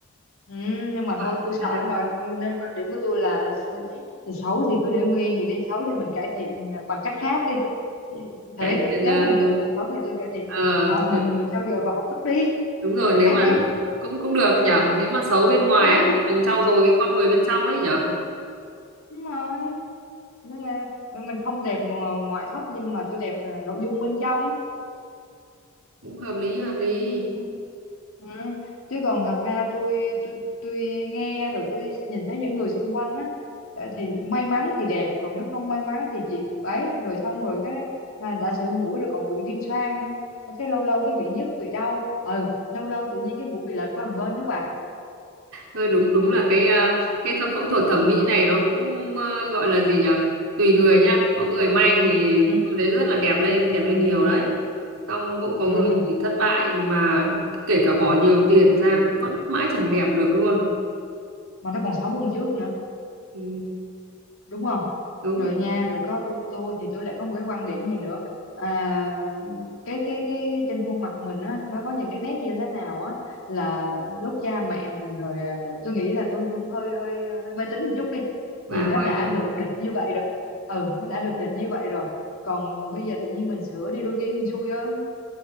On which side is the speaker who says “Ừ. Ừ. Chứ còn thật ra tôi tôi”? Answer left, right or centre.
Left